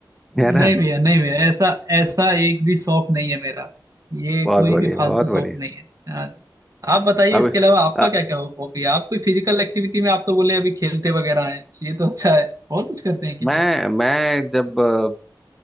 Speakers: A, in the centre; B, on the right.
A: <laughs>
B: नहीं
A: है ना
B: भैया नहीं भैया ऐसा ऐसा एक भी शौक नहीं है मेरा ये
A: बहुत
B: कोई
A: बढ़िया
B: भी फालतू
A: बहुत
B: शौक
A: बढ़िया
B: नहीं है हाँ जी। आप बताइए
A: अब
B: इसके अलावा आपका
A: अ,
B: क्या क्या हॉबी है आप कोई फिजिकल एक्टिविटी में आप तो बोले अभी खेलते वगैरह हैं ये तो अच्छा है और कुछ करते हैं कि
A: मैं
B: नहीं
A: मैं जब अ,